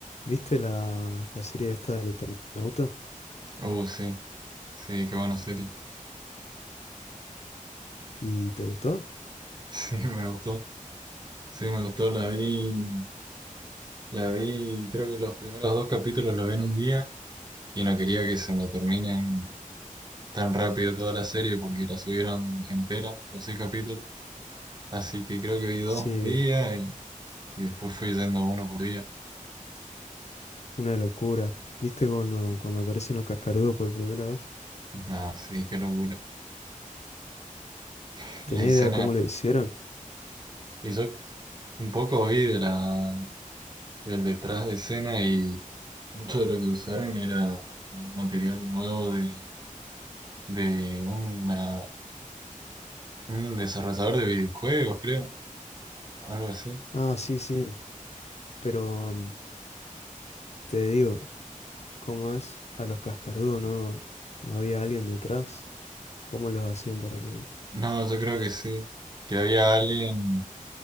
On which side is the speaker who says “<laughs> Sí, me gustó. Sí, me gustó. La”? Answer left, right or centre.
Right